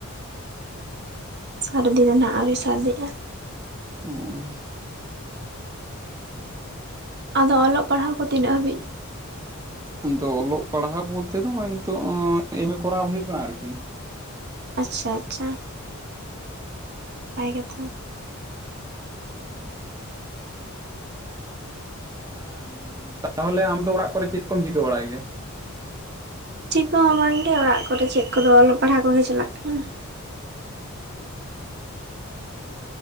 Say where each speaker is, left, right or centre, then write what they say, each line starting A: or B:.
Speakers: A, on the right; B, on the right.
A: ᱥᱟᱹᱨᱫᱤ ᱫᱚ ᱱᱷᱟᱜ ᱟᱹᱣᱨᱤ ᱥᱟᱹᱨᱫᱤᱜᱼᱟ᱾
B: ᱩᱸ
A: ᱟᱫᱚ ᱚᱞᱚᱜ ᱯᱟᱲᱦᱟᱣ ᱠᱚ ᱛᱤᱱᱟᱹᱜ ᱦᱟᱹᱵᱤᱡ?
B: ᱟᱫᱚ ᱚᱞᱚᱜ ᱯᱟᱲᱦᱟᱣ ᱵᱚᱞᱛᱮ ᱫᱚ ᱱᱚᱜ ᱚᱭ ᱱᱤᱛᱚᱜ ᱳᱸ ᱮᱢ ᱮ ᱠᱚᱨᱟᱣ ᱦᱩᱭᱩᱜ ᱠᱟᱱᱟ ᱟᱨᱠᱤ᱾
A: ᱟᱪᱪᱷᱟ ᱟᱪᱪᱷᱟ᱾ ᱯᱟᱭ ᱠᱟᱛᱷᱟ᱾
B: ᱟᱨ ᱛᱟᱦᱚᱞᱮ ᱟᱢ ᱫᱚ ᱚᱲᱟᱜ ᱠᱚᱨᱮ ᱪᱮᱫ ᱠᱚᱢ ᱪᱤᱠᱟᱹ ᱵᱟᱲᱟᱭ ᱜᱮᱭᱟ?
A: ᱪᱤᱠᱟᱹ ᱦᱚᱸ ᱵᱟᱝ ᱜᱮ ᱚᱲᱟᱜ ᱠᱚᱨᱮ ᱪᱮᱫ ᱠᱚᱫᱚ ᱚᱞᱚᱜ ᱯᱟᱲᱦᱟᱜ ᱠᱚᱜᱮ ᱪᱟᱞᱟᱜ ᱠᱟᱱᱟ᱾